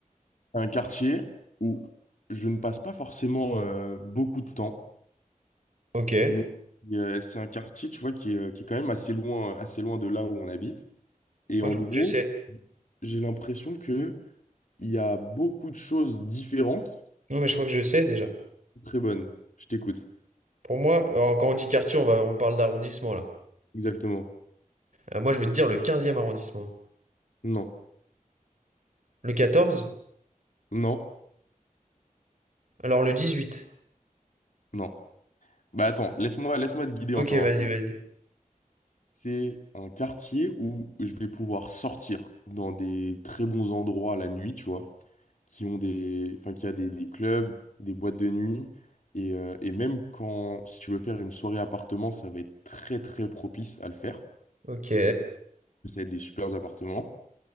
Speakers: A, on the left; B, on the right.
A: Un quartier où je ne passe pas forcément euh, beaucoup de temps,
B: Ok, moi
A: mais euh, c'est un quartier, tu vois, qui est, euh, qui est quand même assez loin, assez loin de là où on habite. Et en
B: je crois
A: gros,
B: que je sais.
A: j'ai l'impression que Il y a beaucoup de choses différentes.
B: Non, mais je crois que je sais déjà.
A: Très bonne. Je t'écoute.
B: Pour moi, alors, quand on dit quartier, on va, on parle d'arrondissement là.
A: Exactement.
B: Euh, moi, je vais te dire le quinzième arrondissement.
A: Non.
B: Le quatorze.
A: Non.
B: Alors le dix-huit.
A: Non. Bah attends, laisse-moi laisse-moi te guider encore
B: Ok,
A: un
B: vas-y,
A: peu.
B: vas-y.
A: C'est un quartier où je vais pouvoir sortir dans des très bons endroits la nuit, tu vois, qui ont des, enfin, qui a des, des clubs, des boîtes de nuit. Et, euh, et même quand, si tu veux faire une soirée appartement, ça va être très très propice à le faire.
B: Ok,
A: Ça va être des super appartements.